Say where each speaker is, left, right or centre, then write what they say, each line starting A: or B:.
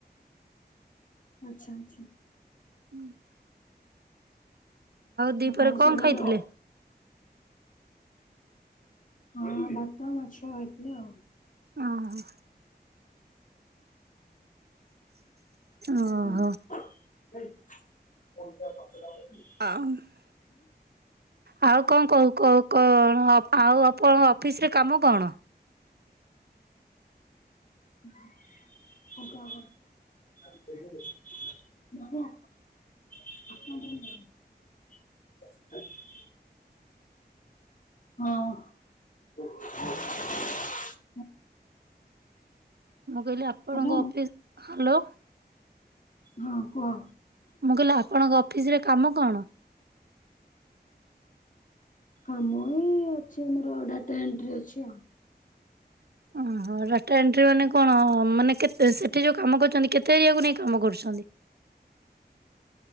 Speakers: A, on the left; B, on the right.
A: ଆଚ୍ଛା ଆଚ୍ଛା।
B: <unintelligible> ଦିପହରେ
A: ଆଉ ଘରେ
B: କଣ
A: ସବୁ
B: ଖାଇଥିଲେ?
A: ଭଲ? ହଁ ଭାତ ମାଛ ହେଇଥିଲା ଆଉ
B: ଅ ହଁ।
A: ହୁଁ
B: ଓହୋ।
A: ହୁଁ। <inaudible> <unintelligible>
B: <unintelligible> ଆଉ କଣ କହୁ କହୁ କ କଣ ଆଉ ଆପଣଙ୍କ ଅଫିସରେ କାମ କଣ?
A: <unintelligible> <unintelligible> ହଁ। <inaudible>
B: ମୁଁ କହିଲି ଆପଣଙ୍କ
A: ହ୍ୟାଲୋ
B: ଅଫିସ୍ ହ୍ୟାଲୋ।
A: ହଁ କୁହ।
B: ମୁଁ କହିଲି ଆପଣଙ୍କ ଅଫିସ ରେ କାମ କଣ?
A: କାମ ଏଇ ଅଛି ଆମର ଡାଟା ଏଣ୍ଟ୍ରି ଅଛି ଆଉ।
B: ଓହୋ। ଡାଟା ଏଣ୍ଟ୍ରି ମାନେ କଣ ମାନେ କେତେ ସେଠି ଯୋଉ କାମ କରୁଛନ୍ତି କେତେ ଏରିଆକୁ ନେଇ କାମ କରୁଛନ୍ତି?